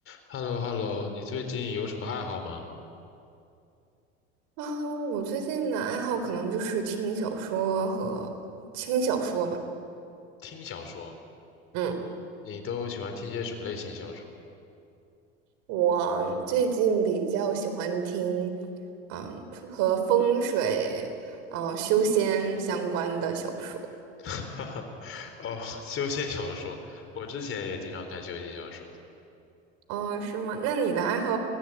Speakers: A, on the left; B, on the right.
A: h e l l o h e l l o 你最近有什么爱好吗？
B: 啊，我最近的爱好可能就是听小说和轻小说吧。
A: 听小说，
B: 嗯，
A: 你都喜欢听些什么类型小说？
B: 我最近比较喜欢听，嗯，和风水、嗯、修仙相关的小说。
A: <laughs> 哦，修仙小说，我之前也经常看修仙小说。
B: 哦，是吗？那你的爱好